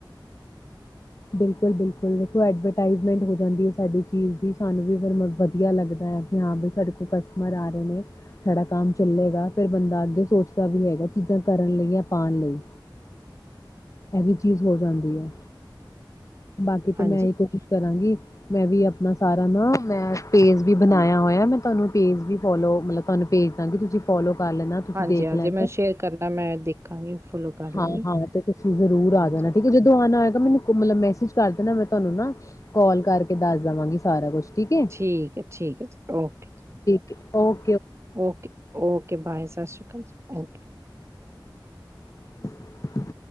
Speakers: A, on the left; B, on the right.
A: ਬਿਲਕੁਲ ਬਿਲਕੁਲ, ਇੱਥੇ ਐਡਵਰਟਾਈਜਮੈਂਟ ਹੋ ਜਾਂਦੀ ਆ ਸਾਡੀ ਚੀਜ਼ ਦੀ। ਸਾਨੂੰ ਵੀ ਫੇਰ ਵਧੀਆ ਲੱਗਦਾ ਵੀ ਹਾਂ ਬਈ ਸਾਡੇ ਕੋਲ ਕਸਟ੍ਮਰ ਆ ਰਹੇ ਨੇ ਸਾਡਾ ਕੰਮ ਚੱਲੇਗਾ। ਫਿਰ ਬੰਦਾ ਅਗੇ ਸੋਚਦਾ ਵੀ ਹੈਗਾ ਚੀਜ਼ਾਂ ਕਰਨ ਲਈ ਜਾ ਪਾਣ ਲਈ। ਆ ਵੀ ਚੀਜ਼ ਹੋ ਜਾਂਦੀ ਆ। ਬਾਕੀ ਤੇ
B: ਹਾਂਜੀ
A: ਮੈਂ ਇਹੀ ਕੋਸ਼ਿਸ਼ ਕਰਾਂਗੀ ਮੈਂ ਵੀ ਆਪਣਾ ਸਾਰਾ ਨਾ ਮੈਂ ਪੇਜ ਵੀ ਬਣਾਇਆ ਹੋਇਆ। ਮੈਂ ਤੁਹਾਨੂੰ ਪੇਜ ਵੀ ਫੋਲੋ, ਮਤਲਬ ਤੁਹਾਨੂੰ ਭੇਜ ਦਾਂਗੀ ਤੁਸੀਂ ਫੋਲੋ ਕਰ ਲੈਣਾ ਤੁਸੀਂ
B: ਹਾਂਜੀ
A: ਦੇਖ
B: ਹਾਂਜੀ
A: ਲੈਣਾ।
B: ਮੈਂ ਸ਼ੇਅਰ ਕਰਨਾ ਮੈਂ ਦੇਖਾਂਗੀ ਫੋਲੋ ਕਰ
A: ਹਾਂ
B: ਲਾਂਗੀ
A: ਹਾਂ ਤੇ ਤੁਸੀਂ ਜ਼ਰੂਰ ਆ
B: ਹਾਂਜੀ
A: ਜਾਣਾ ਠੀਕ ਹੈ, ਜਦੋਂ ਆਉਣਾ ਹੋਏਗਾ ਮੈਨੂੰ ਮੈਸੇਜ ਕਰ ਦੇਣਾ। ਮੈਂ ਤੁਹਾਨੂੰ ਨਾ ਕਾੱਲ ਕਰਕੇ ਦੱਸ ਦੇਵਾਂਗੀ ਸਾਰਾ ਕੁਛ ਠੀਕ ਹੈ
B: ਠੀਕ ਹੈ, ਠੀਕ ਹੈ, ਜੀ ਔਕੇ ਜੀ।
A: ਇਕ ਉਹ
B: ਔ ਕੇ, ਔ ਕੇ ਬਾਏ, ਸਤਿ ਸ਼੍ਰੀ ਅਕਾਲ ਜੀ।
A: ਖਾਲੀ <unintelligible>